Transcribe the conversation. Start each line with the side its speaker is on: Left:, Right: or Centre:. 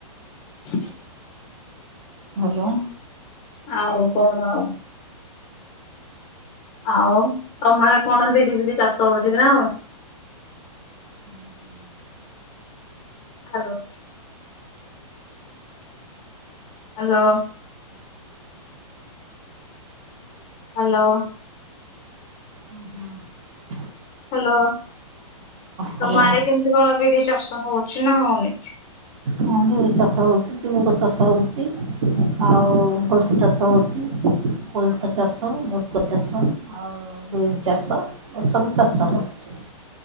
Left: <unintelligible>
Right: ହ୍ୟାଲୋ।
Left: ଆଉକଣ ଆଉ ଆଉ ତମଆଡ଼େ କଣ ବିରିଫିରି ଚାଷ ହଉଚି କିନା ହୋଉନି?
Right: ଉଁ ହୁଁ।
Left: ହ୍ୟାଲୋ। ହ୍ୟାଲୋ। ହ୍ୟାଲୋ।
Right: ହୁଁ ହୁଁ।
Left: ହ୍ୟାଲୋ
Right: ଭଲ
Left: ତମଆଡ଼େ କେମିତି କଣ ବିରିଚାଷ ହଉଚି ନାଁ ହଉନି?
Right: ହ ବିରିଚାଷ ହଉଚି ମୁଗଚାଷ ହଉଚି ଆଉ ଚାଷ ହେଉଚି କୋଳଥଚାଷ ମୁଗଚାଷ ଆଉବିରି ଚାଷ ଏସବୁ ଚାଷ ହଉଚି